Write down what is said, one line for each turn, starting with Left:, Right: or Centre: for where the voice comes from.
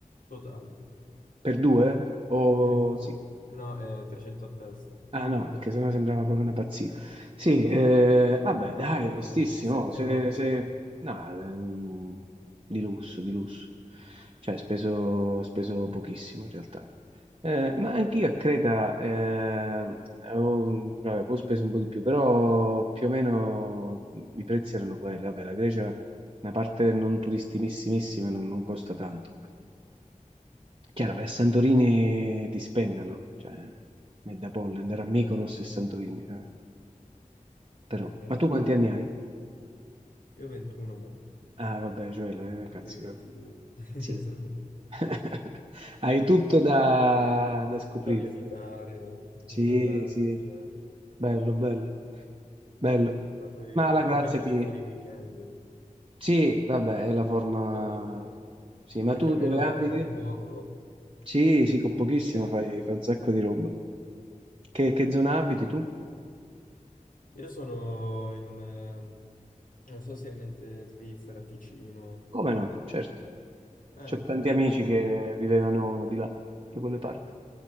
Left: totale.
Right: Per due? O
Left: <laughs>
Right: sì.
Left: No, eh, 300 a testa.
Right: Ah no, perché sennò sembrava proprio una pazzia. Sì, eh, vabbè,
Left: Raga,
Right: dai,
Left: comunque,
Right: onestissimo,
Left: ci- sette
Right: se,
Left: notti.
Right: se- no, ehm, di lusso, di lusso. Cioè, speso, speso pochissimo in realtà. Eh, ma anch'io a Creta eh, avevo, un- vabbè, poi ho speso un po' di più, però più o meno i prezzi erano quelli. Vabbè, la Grecia, una parte non turistimissima non non costa tanto. Chiaro, vai a Santorini ti spennano, cioè, Medapolli, andare a Mykonos e Santorini, eh. Però,
Left: Eh,
Right: ma tu quanti anni hai?
Left: Io 21 mo.
Right: Ah, vabbè, Gioele,
Left: Vado
Right: eh, cazzo,
Left: per i 22.
Right: eh.
Left: <laughs>
Right: sì.
Left: Esatto.
Right: <laughs> Hai tutto da, da scoprire,
Left: Da visitare,
Right: però.
Left: guardare,
Right: Sì, sì,
Left: viaggiare.
Right: bello, bello, bello.
Left: Ma poi
Right: Ma la grazia
Left: a me piace
Right: ti...
Left: fare i weekend,
Right: Sì, vabbè, è la forma...
Left: quindi-
Right: Sì, ma
Left: perché
Right: tu
Left: almeno
Right: dove abiti?
Left: anche con poco
Right: Sì, sì, con pochissimo
Left: viaggi.
Right: fai, fai un sacco di roba. Che, che zona abiti tu?
Left: Io sono in, eh, non so se è in mente Svizzera, Ticino.
Right: Come no? Certo.
Left: Eh,
Right: C'ho tanti amici
Left: lì.
Right: che vivevano di là, da quelle parti.